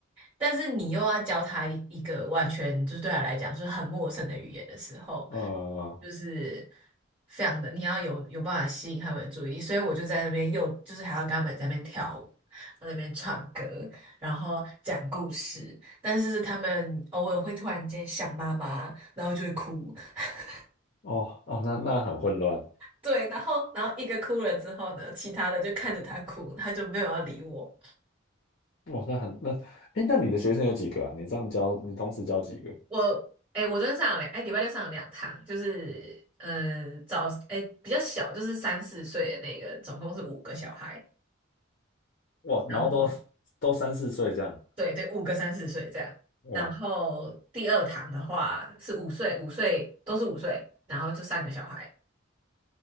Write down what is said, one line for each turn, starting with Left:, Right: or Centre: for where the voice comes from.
Right: 但是你又要教他一一个完全就是对他来讲就是很陌生的语言的时候，
Left: 呃，
Right: 就是非常的你要有有办法吸引他们的注意力，所以我就在那边又就是还要跟他们在那边跳舞，在那边唱歌，然后讲故事，但是他们偶尔会突然间想妈妈，然后就会哭。<laughs>
Left: 哦哦，那那很混乱，
Right: 对，然后然后一个哭了之后呢，其他的就看着他哭，他就没有要理我。
Left: 哇，那很那，哎，那你的学生有几个啊？你这样教，你同时教几个？
Right: 我哎、我昨天上了两哎，礼拜六上了两堂，就是呃早哎、比较小，就是三四岁的那个，总共是五个小孩，
Left: 哇，然后都
Right: 然后
Left: 都三四岁这样，
Right: 对对，五个三四岁这样。
Left: 哇，
Right: 然后第二堂的话是五岁，五岁都是五岁，然后就三个小孩。